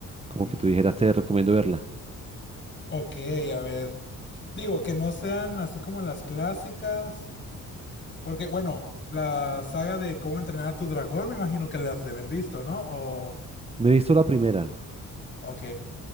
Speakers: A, on the left; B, on the right.
A: Mm,
B: como que tú dijeras te recomiendo verla?
A: ok, a ver. Digo, que no sean así como las clásicas. Porque, bueno, la saga de cómo entrenar a tu dragón, me imagino que las has de haber visto, ¿no? O,
B: Me he visto la primera.
A: ok.